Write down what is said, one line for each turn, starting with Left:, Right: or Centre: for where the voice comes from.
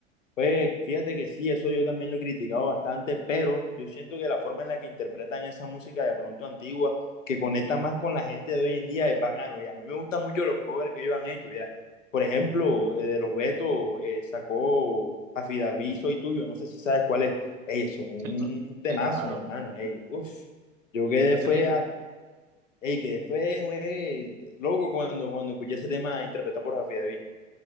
Left: Pues fíjate que sí, eso yo también lo he criticado bastante, pero yo siento que la forma en la que interpretan esa música de pronto antigua, que conecta más con la gente de hoy en día, es bacano. Y a mí me gustan mucho los covers que ellos han hecho, ya. Por ejemplo, eh, de los Betos eh, sacó Afidaví, Soy Tuyo, no sé si sabes cuál es. Ey, eso es un
Right: Sí, cl-
Left: temazo,
Right: sí, claro.
Left: mi hermano.
Right: claro.
Left: Ey, uf. Yo quedé
Right: Sí,
Left: fue,
Right: t-
Left: a- ey, quedé fue, güey, loco cuando, cuando escuché ese tema interpretado por Afidaví.